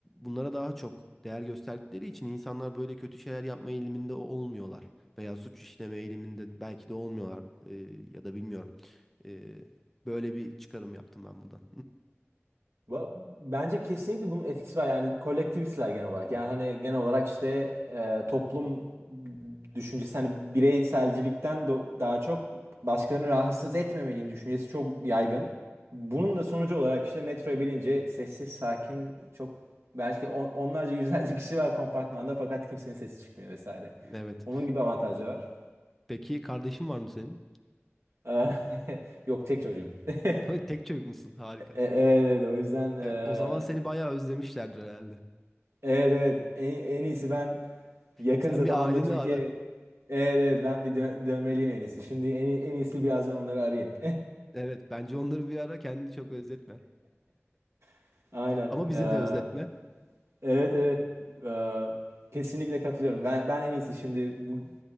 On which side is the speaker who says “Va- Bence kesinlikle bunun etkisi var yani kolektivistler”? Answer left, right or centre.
Right